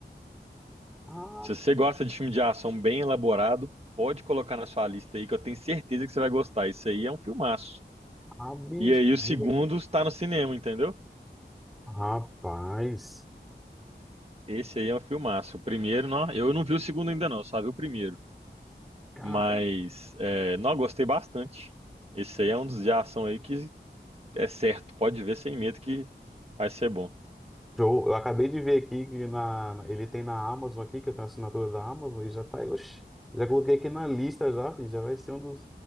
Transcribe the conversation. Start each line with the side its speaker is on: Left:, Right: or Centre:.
Centre: Ah,
Right: Se você gosta de filme de ação bem elaborado, pode colocar na sua lista aí, que eu tenho certeza que você vai gostar. Isso aí é um filmaço.
Centre: a bichinha.
Right: E aí o segundo está no cinema, entendeu?
Centre: Rapaz.
Right: Esse aí é um filmaço. O primeiro, não, eu não vi o segundo ainda não, só vi o primeiro.
Centre: Cara.
Right: Mas, é, não, eu gostei bastante. Esse aí é um dos de ação aí que é certo. Pode ver sem medo que vai ser bom.
Centre: Show. Eu acabei de ver aqui que na, na- ele tem na Amazon aqui, que eu tenho assinatura da Amazon, e já tá aí. Oxe, já coloquei aqui na lista já, filho, já vai ser um dos.